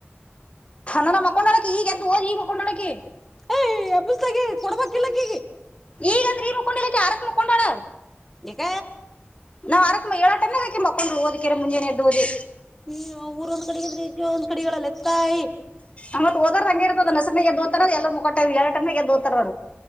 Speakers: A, on the left (about 30°); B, in the centre.
A: ಾನಾ ಮಕೊಂಡಡೆ ಈಗ ತು ಈ ಮಕೊಂಡಡಡೆಕ್ಕೆ
B: ಏ ಅಬಸಗ ಕೊಡ್ಬೇಕಕ್ಿಲ್ಲ ಕೀಗಿ
A: ಈಗ ತ್ರೀ ಮುಕೊಂಡ ಚಾರಕ್ಕೆ ಮುಕೊಂಡುಳ
B: ಿಕ
A: ನಾ ಅರಕ್ ಏಳ ಟಮನ ಹಾಕಾ ಕೊೊಂಡ ಓದಿರ ಮುಂಜಾನೆ ಎಡ್ ಓಿ
B: ಹ್ಮ ಊರ್ ಒಂದ್ ಕಡೆಗ ಇದ್ರ ಇದ ಒಂದ್ ಕಡೆಗಳಲ್ಲ ತಾಯಿ
A: ಆಮ್ಮತ್ ಓದ ಹಂಗಗೆರ್ತದ ನಸನ ದೋತಾರ ಎಲ್ಲ ಕೊಟ್ಟ ಎರಟನ ಎದೋತಾರ